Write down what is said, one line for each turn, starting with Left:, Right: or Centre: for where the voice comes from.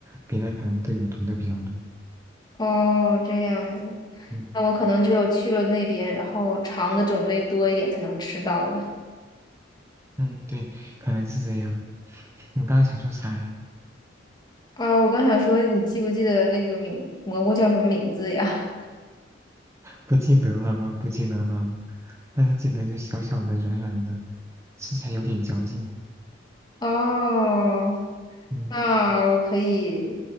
Right: 别的可能队伍毒的比较多。
Left: 哦，这样子，
Right: 嗯。
Left: 那我可能只有去了那边，然后尝的种类多一点才能吃到了。
Right: 嗯，对，可能是这样。你刚刚想说啥呀？
Left: 啊，我刚想说，你记不记得那个名蘑菇叫什么名字呀？
Right: 不记得了，不记得了，但是记得就小小的、软软的，吃起来有点嚼劲。
Left: 哦，
Right: 嗯，
Left: 那我可以